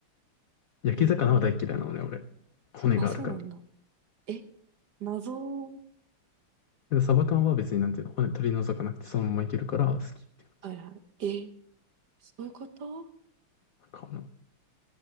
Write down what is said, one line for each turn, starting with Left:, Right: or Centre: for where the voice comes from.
Left: 焼き魚は大嫌いなのね、
Right: えー、
Left: 俺。骨があるから。
Right: あ、そうなんだ。え、謎、
Left: で、サバ缶は別になんていうの、骨取り除かなくてそのままいけるから好きって感じ。
Right: はいはい。え、そういうこと
Left: なんかあの、